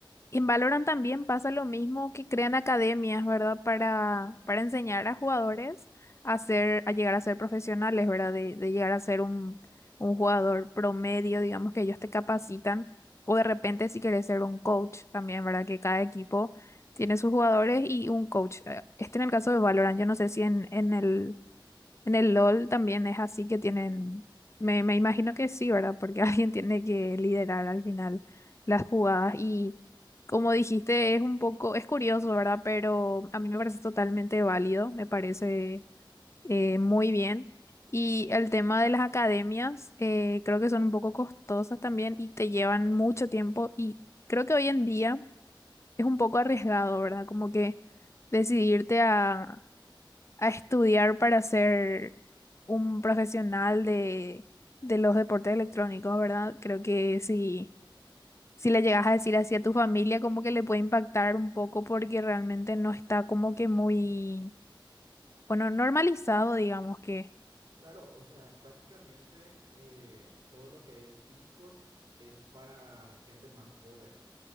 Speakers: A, on the left (about 35°); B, on the right (about 70°).
A: En Valorant también pasa lo mismo que crean academias, ¿verdad? Para, para enseñar a jugadores a ser, a llegar a ser profesionales, ¿verdad? De, de llegar a ser un, un jugador promedio, digamos que ellos te capacitan. O de repente si quieres ser un coach también, ¿verdad? Que cada equipo tiene sus jugadores y un coach. Eh, Este en el caso de Valorant, yo no sé si en, en el en el LOL también es así que tienen, me, me imagino que sí, ¿verdad? Porque <laughs> alguien tiene que liderar al final las jugadas y como dijiste, es un poco, es curioso, ¿verdad? Pero a mí me parece totalmente válido, me parece eh, muy bien. Y el tema de las academias, eh, creo que son un poco costosas también y te llevan mucho tiempo y creo que hoy en día es un poco arriesgado, ¿verdad? Como que decidirte a a estudiar para ser un profesional de, de los deportes electrónicos, ¿verdad? Creo que si, si le llegas a decir así a tu familia, como que le puede impactar un poco porque realmente no está como que muy, bueno, normalizado, digamos que.
B: Claro, o sea, prácticamente eh, todo lo que es esports es para gente más joven.